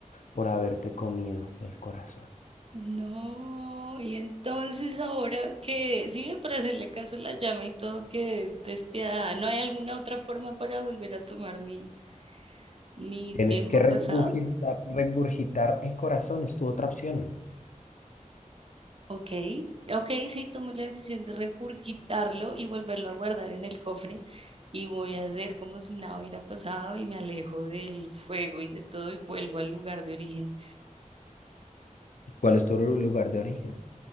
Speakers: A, on the left; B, on the right.
A: por haberte comido el corazón.
B: No, y entonces ahora que sí, ve, para hacerle caso a la llama y todo, que despiadada. ¿No hay alguna otra forma para volver a tomar mi, mi
A: Tienes
B: tiempo
A: que regurgitar,
B: pasado?
A: regurgitar el corazón, es tu otra opción.
B: Ok, ok, sí, tomé la decisión de regurgitarlo y volverlo a guardar en el cofre y voy a hacer como si nada hubiera pasado y me alejo del fuego y de todo y vuelvo al lugar de origen.
A: ¿Cuál es tu lugar de origen?